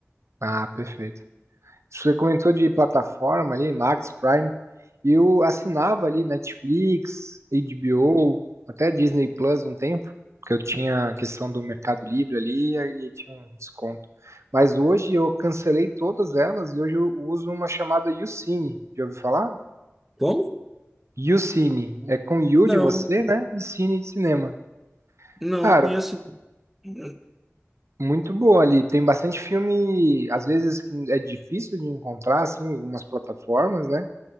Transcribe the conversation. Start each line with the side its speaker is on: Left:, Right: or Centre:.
Right: Ah, perfeito. Você comentou de plataforma ali, Max Prime. Eu assinava ali Netflix, HBO, até Disney Plus um tempo, porque eu tinha a questão do Mercado Livre ali e e tinha um desconto. Mas hoje eu cancelei todas elas e hoje eu uso uma chamada YouCine. Já ouviu falar?
Centre: Como?
Right: YouCine. É com You
Centre: Não,
Right: de você, né? E Cine de cinema.
Centre: não,
Right: Cara,
Centre: não conheço. <clears throat>
Right: Muito boa ali. Tem bastante filme, às vezes que é difícil de encontrar, assim, em algumas plataformas, né?